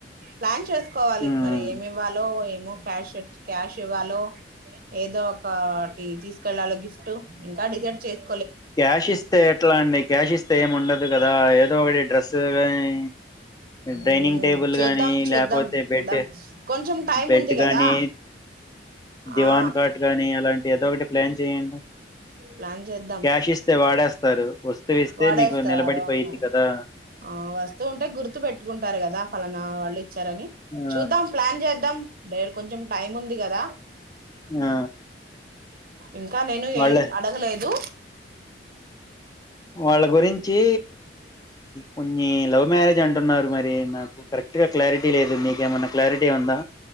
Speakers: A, on the right (about 50°); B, on the left (about 20°).
A: ప్లాన్ చేస్ కోవాలి
B: ఉమ్,
A: మరి ఏమి ఇవ్వాలో ఏమో క్యాష్ క్యాష్ ఇవ్వాలో ఏదో ఒకటి తీసుకెళ్లాలో గిఫ్ట్ ఇంకా డిసైడ్ చేసి
B: క్యాష్ ఇస్తే ఎట్లా అండి. క్యాష్ ఇస్తే ఏమి ఉండదు. కదా ఏదో ఒకడి డ్రెస్సు కాని డైనింగ్
A: మ్,
B: టేబుల్
A: చూద్దాం
B: గానీ
A: చూద్దాం
B: లేకపోతే బెడ్
A: చూద్దాం కొంచెం టైం
B: బెడ్
A: ఉంది కదా
B: కానీ దివాన్
A: ఆ
B: కార్ట్ గాని అలాంటి ఏదో ఒకటి ప్లాన్ చేయండి
A: ప్లాన్ చెద్
B: క్యాష్ ఇస్తే వాడేస్తారు. వస్తువు ఇస్తే
A: వాడేస్తారు
B: మీకు నిలబడిపోయిద్ది
A: అవును
B: కదా
A: ఆ వస్తూ ఉంటే గుర్తు పెట్టుకుంటారు కదా ఫలానా వాళ్ళే సరే అని
B: ఆ
A: చూద్దాం ప్లాన్ చేద్దాం. డేరు కొంచెం టైం ఉంది కదా
B: ఆ
A: ఇంకా నేను
B: వాళ్ళ
A: ఏం అడగలేదు.
B: వాళ్ళ గురించి కొన్ని లవ్ మ్యారేజ్ అంటున్నారు మరి నాకు కరెక్ట్ గా క్లారిటీ లేదు. మీకేమైన్నా క్లారిటీ ఉందా.